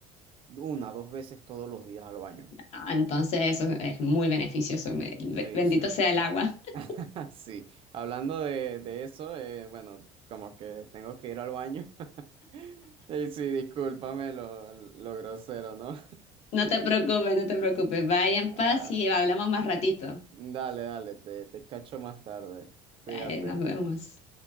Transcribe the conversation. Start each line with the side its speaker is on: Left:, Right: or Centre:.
Right: una, dos veces todos los días al baño.
Left: Ah, Entonces, eso es muy beneficioso. me- be-
Right: Sí,
Left: Bendito
Right: sí.
Left: sea el agua. <laughs>
Right: <laughs> Sí, hablando de, de eso, eh, bueno, como que tengo que ir al baño. <laughs> Y sí, discúlpame lo, lo grosero, ¿no?
Left: No te preocupes, no te preocupes. Vaya en paz
Right: Ah,
Left: y hablamos más ratito.
Right: dale, dale, te, te cacho más tarde. Cuídate.
Left: Dale, nos vemos.